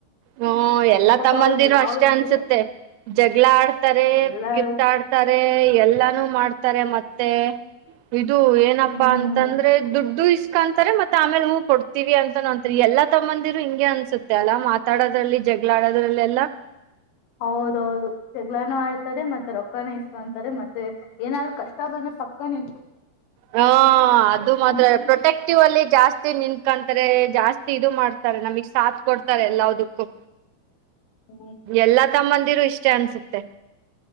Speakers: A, on the right; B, on the left.
A: ಹ್ಮ್ ಎಲ್ಲಾ
B: ಪಾಪ
A: ತಮ್ಮಂದಿರು
B: ಅವ್ರಿಗೆ
A: ಅಷ್ಟೇ
B: ಅವ್ರಿಗೆ
A: ಅನ್ಸುತ್ತೆ ಜಗಳ ಆಡ್ತಾರೆ
B: ಎಲ್ಲಾರು
A: ಕಿತ್ತ ಆಡ್ತಾರೆ ಎಲ್ಲಾನು ಮಾಡ್ತಾರೆ ಮತ್ತೆ ಇದು ಏನಪ್ಪಾ
B: ಹ್ಮ್
A: ಅಂತಂದ್ರೆ ದುಡ್ಡು ಕಂತತಾರೆ ಮತ್ತ ಆಮೇಲೆ ಹೂ ಕೊಡ್ತೀವಿ ಅಂತ ಅಂತಾರೆ ಎಲ್ಲ ತಮ್ಮಂದಿರು ಹಿಂಗೆ ಅನ್ಸುತ್ತೆ ಮಾತಾಡೋದ್ರಲ್ಲಿ ಜಗಳಾಡದ್ರಲ್ಲ ಎಲ್ಲಾ
B: ಹೌದೌದು ಶಗ್ಗಳಾನ ಆಡ್ತಾರೆ ಮತ್ತೆ ರೊಕ್ಕಾನ ಇಸ್ಕೊಂತಾರೆ ಮತ್ತೆ ಏನಾದ್ರು ಕಷ್ಟ ಬಂದ್ರೆ ಪಕ್ಕ ನಿ
A: ಹಾ ಅದು ಮಾತ್ರ
B: ನಮ್
A: ಪ್ರೊಟೆಕ್ಟಿವ್ ಅಲ್ಲಿ ಜಾಸ್ತಿ ನಿನ್ಕ ರೆ ಜಾಸ್ತಿ ಇದು ಮಾಡ್ತಾರೆ ನಮಗ್ ಸಾತ್ ಕೊಡ್ತಾರೆ ಎಲ್ಲದಕ್ಕೂ
B: ಹ್ಮ್
A: ಎಲ್ಲಾ ತಮ್ಮಂದಿರು ಇಷ್ಟೇ ಅನ್ಸುತ್ತೆ